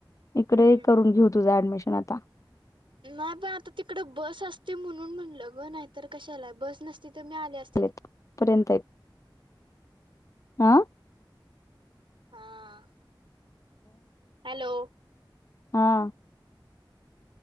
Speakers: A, on the left; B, on the right.
A: इकडे
B: हम्म
A: करून घेऊ तुझा ऍडमिशन आता.
B: नाही पण आता तिकड बस असती म्हणून म्हणलं ग, नाहीतर कशाला बस नसती तर मी आली अस
A: <unintelligible> पर्यंत <unintelligible>
B: हं हॅलो
A: अं